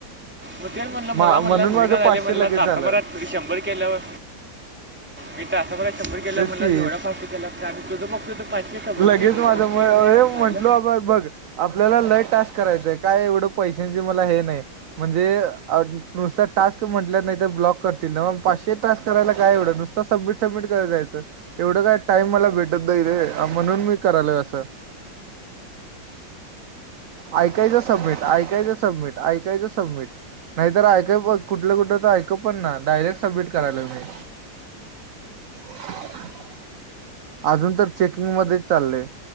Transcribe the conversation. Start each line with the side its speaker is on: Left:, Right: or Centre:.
Centre: म तेच म्हणल
Right: मा
Centre: मला म्हणलास
Right: म्हणून माझं
Centre: व्हईना झालय.
Right: पाचशे
Centre: म्हणला
Right: लगेच
Centre: तासाभरात
Right: झालं
Centre: शंभर केल्यावर मी तासाबरात शंभर केला
Right: तेच
Centre: म्हणलास
Right: की
Centre: एवढा फास्ट केलास आणि तुझ बघतोय तर पाचशे समजून
Right: लगेच माझ्यामुळ
Centre: ओके मॅम
Right: ए
Centre: झालं
Right: म्हंटलो बाबा बघ आपल्याला लई टाईम करायचय काय एवढं पैशाचे मला हे नाही, म्हणजे अ नुसता टास्क म्हटल्यात नाहीतर ब्लॉक करतील, नव्ह पाचशे टास्क करायला काय एवढं, नुसत सबमीट सबमीट करत जायचं एवढं काय टाईप मला भेटत नाही रे म्हणून मी करालोय असं ऐकायचं सबमिट, ऐकायचं सबमिट, ऐकायचं सबमिट नाहीतर ऐकय प कुठलं कुठ तर ऐकू पण ना, डायरेक्ट सबमिट करायलोय मी <inaudible> अजून तर चेकिंग मध्ये चाललंय,